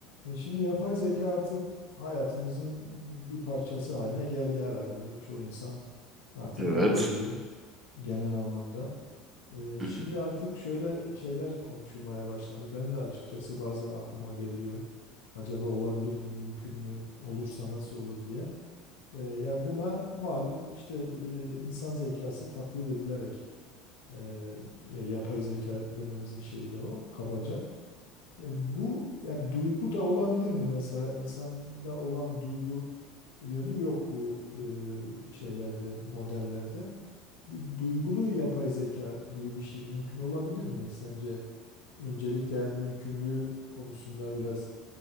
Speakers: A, on the left; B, on the right.
A: E şimdi yapay zeka artık hayatımızın bir parçası haline geldi herhalde. Bunu çoğu insan artık
B: Evet.
A: kabul ediyor genel anlamda. E,
B: Hı
A: şimdi
B: hı.
A: artık şöyle şeyler konuşulmaya başlandı. Ben de açıkçası bazen aklıma geliyor. Acaba olabilir mi, mümkün mü, olursa nasıl olur diye. E, ya buna malum işte e, insan zekası taklit edilerek e, ya yapay zeka dememizin şeyi de o kabaca. E, Bu yani duygu da olabilir mi mesela insanda olan duygu yönü yok bu e, şeylerde modellerde. Bir duygulu yapay zeka gibi bir şey mümkün olabilir mi sence? Öncelikle yani mümkünlüğü konusunda biraz